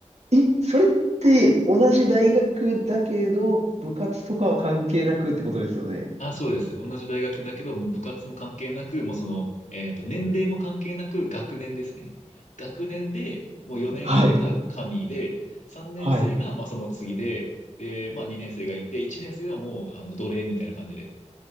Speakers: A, on the right; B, on the left.
A: え、それって、同じ大学だけど、部活とかは関係なくってことですよね。
B: あ、そうです。同じ大学だけど、もう部活も関係なく、もうその、えっと、年齢も関係なく学年ですね。学年で、もう4年生が神で、
A: はい。
B: 3年生がまあその次で、
A: はい。
B: で、まあ2年生がいて、1年生はもう、あの、奴隷みたいな感じで。